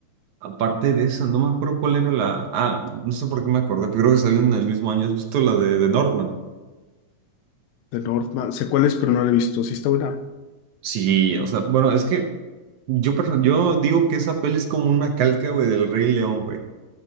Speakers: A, on the right; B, on the left.
A: aparte de esa, no me acuerdo cuál era la. Ah, no sé por qué me acordé, pero creo que salió en el mismo año. ¿Has visto la de, de Norman?
B: The Northman, sé cuál es, pero no la he visto. Sí está buena,
A: Sí, o sea, bueno, es que yo, perso- yo digo que esa peli es como una calca, güey, del Rey León, güey.